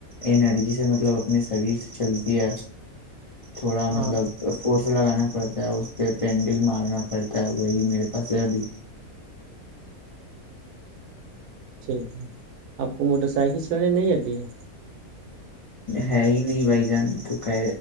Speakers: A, on the left; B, on the right.
A: انرجی سے مطلب اپنے شریر سے چل یہ تھوڑا
B: ہاں
A: مطلب فورس لگانا پڑتا ہے اس پہ پینڈل مارنا پڑتا ہے وہی میرے پاس ابھی
B: چلی آپ کو موٹر سائیکل چلانے نہیں آتی ہے
A: ہے ہی نہیں بھائی جان تو کہ